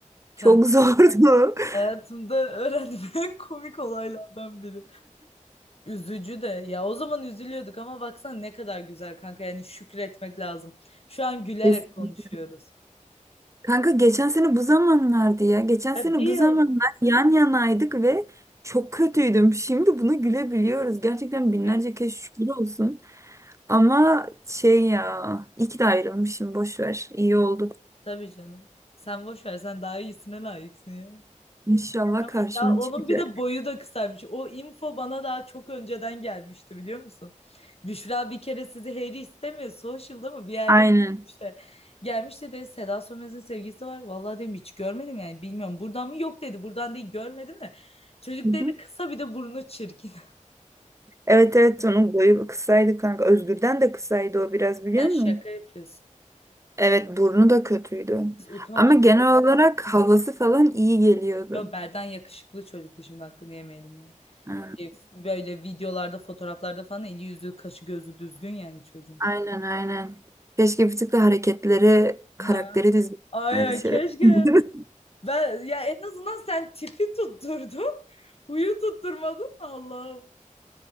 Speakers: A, on the left (about 50°); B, on the right (about 20°).
A: Kanka
B: Çok zordu. <laughs>
A: hayatımda öğrendiğim en komik olaylardan biri. Üzücü de ya o zaman üzülüyorduk ama baksana ne kadar güzel kanka yani şükretmek lazım. Şu an gülerek
B: Kesinlikle.
A: konuşuyoruz.
B: Kanka geçen sene bu zamanlardı ya. Geçen
A: Ya
B: sene
A: bir
B: bu
A: yıl
B: zamanlar yan yanaydık ve çok kötüydüm. Şimdi bunu gülebiliyoruz. Gerçekten binlerce
A: ya.
B: kez şükür olsun. Ama şey ya, iyi ki de ayrılmışım. Boş ver. İyi oldu.
A: Tabii canım. Sen boş ver sen daha iyisine layıksın ya.
B: İnşallah
A: Ama
B: karşıma
A: daha onun
B: çıkacak.
A: bir de boyu da kısaymış. O info bana daha çok önceden gelmişti biliyor musun? Büşra bir kere sizi Harry istemiyor. Social'da mı bir yerde
B: Aynen.
A: işte gelmiş dedi Seda Sönmez'in sevgisi var. Vallahi dedim hiç görmedim yani bilmiyorum. Buradan mı? Yok dedi. Buradan değil görmedim de. Çocuk
B: Hı
A: dedi
B: hı.
A: kısa bir de burnu çirkin.
B: Evet evet onun boyu kısaydı kanka. Özgür'den de kısaydı o biraz biliyor
A: Sen
B: musun?
A: şaka yapıyorsun.
B: Evet burnu da kötüydü.
A: Biz utanmadık.
B: Ama genel olarak havası falan iyi geliyordu.
A: Yo Berden yakışıklı çocuktu şimdi hakkını yemeyelim yani.
B: Ha.
A: Şey, Böyle videolarda fotoğraflarda falan eli yüzü kaşı gözü düzgün yani çocuğun.
B: Aynen aynen. Keşke bir tık da hareketleri, karakteri
A: Ha.
B: dizmesine
A: Aynen
B: dışarı.
A: keşke.
B: <laughs>
A: Ben ya en azından sen tipi tutturdun. Huyu tutturmadın. Allah'ım.